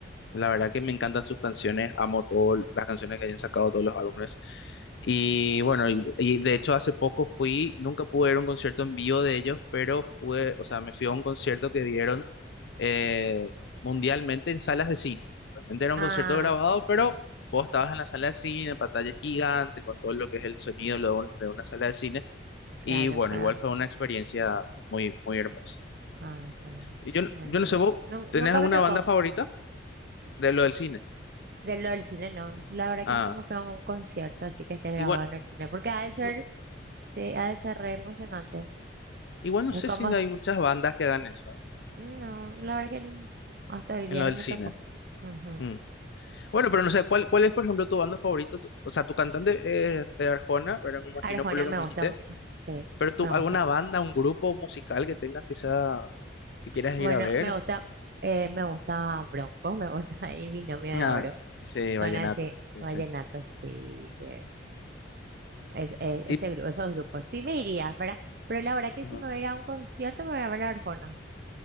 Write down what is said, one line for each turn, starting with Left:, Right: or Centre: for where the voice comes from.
Left: la verdad que me encantan sus canciones, amo todas las canciones que hayan sacado, todos los álbumes. Y bueno, y, y de hecho hace poco fui, nunca pude ir a un concierto en vivo de ellos, pero pude, o sea, me fui a un concierto que dieron eh, mundialmente en salas de cine. Realmente era
Right: Ah,
Left: un concierto grabado, pero vos estabas en la sala de cine, pantalla gigante, con todo lo que es el sonido lo de un- de una sala de cine.
Right: claro,
Left: Y bueno,
Right: para...
Left: igual fue una experiencia muy, muy hermosa.
Right: Ah, sí,
Left: Y yo, no-
Right: entiendo.
Left: yo no sé, ¿vos
Right: Nun-
Left: tenés
Right: nunca
Left: alguna
Right: me tocó
Left: banda favorita de lo del cine?
Right: de lo del cine, no. La verdad
Left: Ah.
Right: que nunca me fui a un concierto así que esté grabado
Left: Igual,
Right: en el cine, porque ha de ser,
Left: No,
Right: sí, ha de ser re emocionante.
Left: igual no
Right: Es
Left: sé
Right: como...
Left: si hay muchas bandas que hagan eso, ¿eh?
Right: No, la verdad que hasta hoy día
Left: En lo
Right: no
Left: del
Right: me
Left: cine.
Right: tocó. Ujú.
Left: Mm. Bueno, pero no sé, ¿cuál, cuál es, por ejemplo, tu banda favorita? Tu- o sea, tu cantante es es Arjona, pero me imagino
Right: Arjona
Left: por lo
Right: me
Left: que me
Right: gusta
Left: dijiste.
Right: mucho, sí,
Left: Pero
Right: me
Left: tú, ¿alguna
Right: gusta.
Left: banda, un grupo musical que tengas que sea, que quieras
Right: Bueno,
Left: ir a ver?
Right: me gusta, eh, me gusta Bronco, me gusta <laughs> y Binomio de
Left: Ah,
Right: Oro.
Left: ese
Right: Son
Left: vallenato,
Right: así,
Left: sí,
Right: vallenatos
Left: sí.
Right: y eh, es, es- ese,
Left: Tip,
Right: gru- esos grupos. Sí me iría, ¿verdad? Pero la verdad que
Left: ajá,
Right: si me voy a ir a un concierto me voy a ver la Arjona.